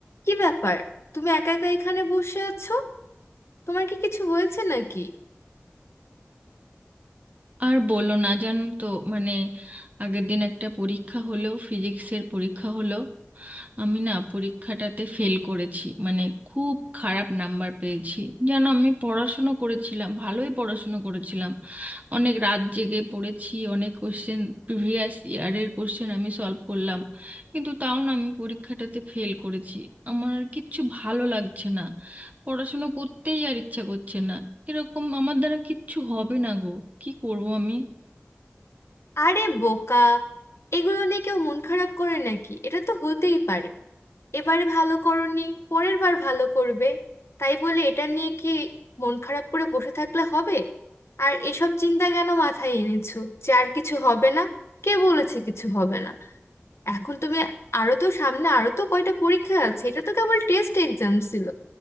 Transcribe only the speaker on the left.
কি ব্যাপার তুমি একা একা এখানে বসে আছো তোমার কি কিছু হয়েছে নাকি
আরে বোকা এগুলো নিয়ে কেউ মন খারাপ করে নাকি এটা তো হতেই পারে এবারে ভালো করনি পরের বার ভালো করবে তাই বলে এটা নিয়ে কি মন খারাপ করে বসে থাকলে হবে আর এসব চিন্তা কেন মাথায় এনেছো যে আর কিছু হবে না কে বলেছে কিছু হবে না এখন তুমি আরো তো সামনে আরো তো কয়টা পরীক্ষা আছে এটা তো কেবল টেস্ট এক্সাম ছিল